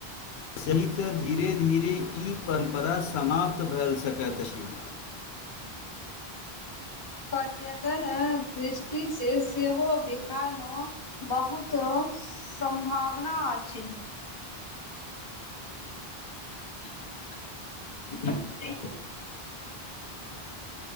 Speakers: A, on the left; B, on the left.
A: सहित धीरे धीरे ई पंपरा समाप्त भैल सकैत अछि।
B: पर्यटन दृष्टिसँ सेहो बिहारमे- बहुत सम्भावना अछि। <unintelligible>